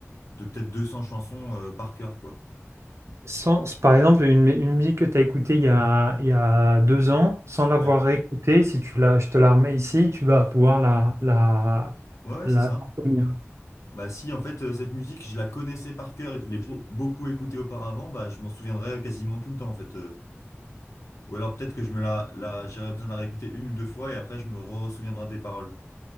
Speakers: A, on the left; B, on the right.
A: de peut-être 200 chansons euh, par cœur, quoi.
B: Sans, c'est par exemple, une, une musique que tu as écoutée il y a, il y a deux ans, sans l'avoir
A: Ouais,
B: réécoutée, si tu la, je te la remets ici, tu vas pouvoir la, la,
A: ouais, ouais,
B: la
A: c'est ça.
B: t'en souvenir.
A: Bah si, en fait, euh, cette musique, je la connaissais par cœur et je l'ai beau- beaucoup écoutée auparavant, bah je m'en souviendrai quasiment tout le temps, en fait. euh, Ou alors peut-être que je me la, la, j'aurais besoin de la réécouter une ou deux fois et après je me re-souviendrai des paroles.